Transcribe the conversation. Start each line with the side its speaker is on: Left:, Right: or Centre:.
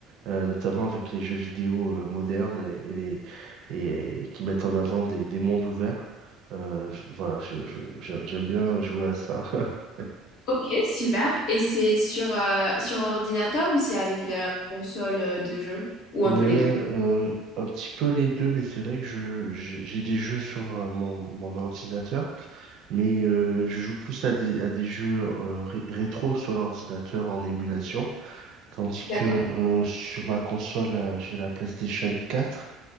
Right: euh, notamment avec les jeux vidéo euh, modernes et, et les, et, et qui mettent en avant des, des mondes ouverts. Euh, je- voilà, je, je, je- j'aime bien jouer à ça. <laughs>
Left: Ok, super. Et c'est sur, euh, sur ordinateur ou c'est avec la console euh, de jeu? Ou
Right: Ouais,
Left: un peu les deux?
Right: euh, un petit peu les deux, mais c'est vrai que je j'ai j'ai des jeux sur euh, mon, mon ordinateur, mais euh, je joue plus à des à des jeux euh, ré- rétro sur l'ordinateur en émulation, tandis
Left: D'accord.
Right: que euh, sur ma console euh, j'ai la PlayStation 4.